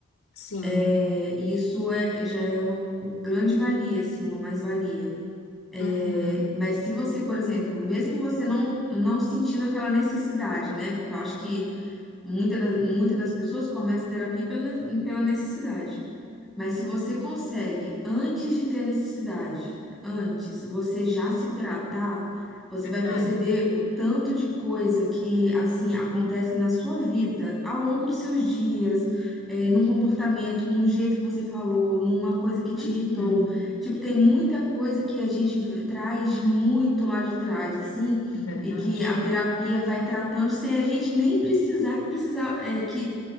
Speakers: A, on the left; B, in the centre.
A: sim.
B: É, e isso é, já é uma grande valia, assim, uma mais-valia. É,
A: Uhum,
B: mas se você, por exemplo, mesmo você não, não sentindo aquela necessidade, né? Porque eu acho que muita da- muitas das pessoas começam terapia pela, ne- pela necessidade. Mas se você consegue, antes de ter necessidade, antes, você já se tratar, você
A: verdade.
B: vai perceber o tanto de coisa que, assim, acontece na sua vida, ao longo dos seus dias, eh, num comportamento, num jeito que você falou, numa coisa que te
A: Uhum,
B: irritou. Tipo, tem muita coisa que a gente v- traz de muito lá de trás, assim,
A: é verdade.
B: e que a terapia vai tratando sem a gente nem precisar, que precisar, eh, que,